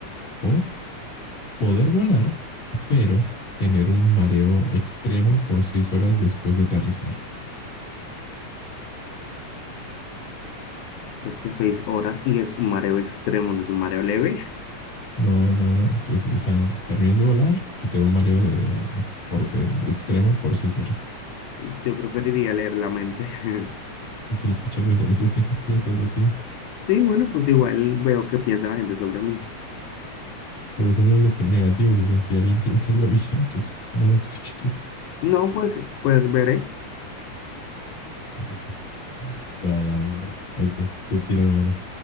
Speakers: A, on the left; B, on the left.
A: O poder volar, pero tener un mareo extremo por seis horas después de aterrizar.
B: Es que seis horas y es mareo extremo, no es un mareo leve.
A: No, no, no. Pues, o sea, terminas de volar y te da un mareo de eh, por, eh, extremo por seis horas.
B: <laughs> Yo preferiría leer la mente. <laughs>
A: Y solo escuchar pensamientos <laughs> negativos sobre ti.
B: Sí, bueno, pues igual veo qué piensa la gente sobre mí.
A: Pero solo los pe- negativos. O sea, si alguien piensa algo bien, pues no lo escucharías.
B: No, pues, pues veré.
A: <laughs> Va, va, va, va. Ok, tú tírame una.